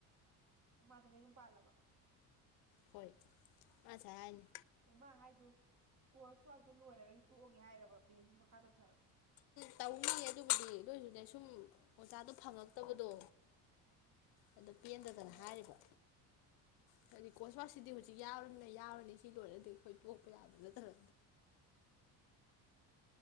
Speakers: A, on the right; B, on the left.
A: ꯃꯗꯨꯕꯨꯝ ꯄꯥꯂꯕ
B: ꯍꯣꯏ ꯑꯆꯥ ꯍꯥꯏꯅꯦ
A: ꯑꯣꯃꯥ ꯍꯥꯏꯗꯣ ꯀꯣꯔꯁ ꯋꯥꯥꯛꯇꯣ ꯂꯣꯏꯔꯒꯗꯤ ꯇꯣꯛꯑꯒꯦ ꯍꯥꯏꯔꯕ ꯐꯦ ꯁꯤ ꯃꯈꯥ ꯇ
B: ꯇꯧꯅꯤ ꯑꯗꯨꯕꯨꯗꯤ ꯂꯣꯏꯁꯨꯅꯦ ꯁꯨꯝ ꯑꯣꯖꯥꯗꯣ ꯐꯪꯉꯛꯇꯕꯗꯣ ꯑꯗꯨ ꯄꯦꯟꯗꯗꯅ
A: ꯍꯣꯏ
B: ꯍꯥꯏꯔꯤꯕ ꯍꯥꯏꯗꯤ ꯀꯣꯁꯄꯥꯁꯤꯗꯤ ꯍꯧꯖꯤꯛ ꯌꯥꯎꯝꯅꯤꯅ ꯌꯥꯎ ꯁꯤ ꯂꯣꯏꯔꯗꯤ ꯑꯩꯈꯣꯏ ꯇꯣꯛꯄ ꯌꯥꯕ ꯅꯠꯇꯕ